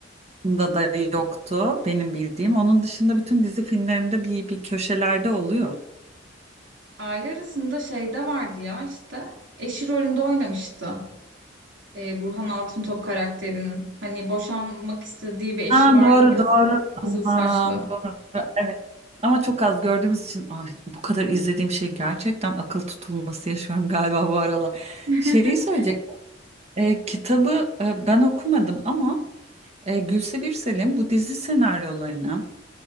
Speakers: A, on the right (about 35°); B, on the right (about 75°).
A: arasında da yoktu benim bildiğim. Onun dışında bütün dizi filmlerinde bir, bir köşelerde oluyor.
B: aile arasında şeyde vardı ya işte eşi rolünde oynamıştı. E, Burhan Altıntop karakterinin. Hani boşanmak istediği bir eşi
A: Ha,
B: vardı
A: doğru
B: ya
A: doğru.
B: kızıl
A: Aman
B: saçlı.
A: doğru. Evet. Ama çok az gördüğümüz için ay, bu kadar izlediğim şey gerçekten akıl tutulması yaşıyorum galiba bu aralar.
B: <laughs>
A: Şeyi söyleyecek. e, kitabı e, ben okumadım ama e, Gülse Birsel'in bu dizi senaryolarını